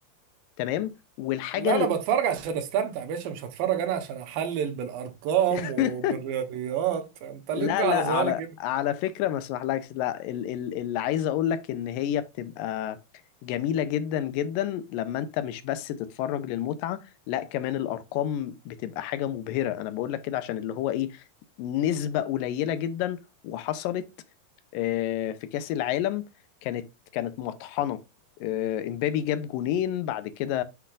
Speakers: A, on the left; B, on the right.
A: تمام والحاجة
B: لا
A: ال...
B: انا بتفرج عشان استمتع يا باشا مش هتفرج انا عشان احلل بالارقام
A: <laughs>
B: وبالرياضيات انت
A: لا
B: ليه تجي
A: لا
B: على ظهري
A: على
B: كده
A: على فكرة ما اسمحلكش لا ال- ال- اللي عايز اقول لك ان هي بتبقى جميلة جدا جدا لما انت مش بس تتفرج للمتعة لا كمان الارقام بتبقى حاجة مبهرة انا بقول لك كده عشان اللي هو ايه نسبة قليلة جدا وحصلت آه، في كأس العالم كانت كانت مطحنة آه، امبابي جاب جونين بعد كده